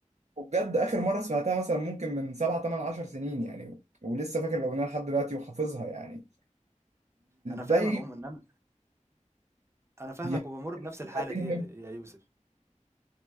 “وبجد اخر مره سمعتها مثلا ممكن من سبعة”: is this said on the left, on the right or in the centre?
Right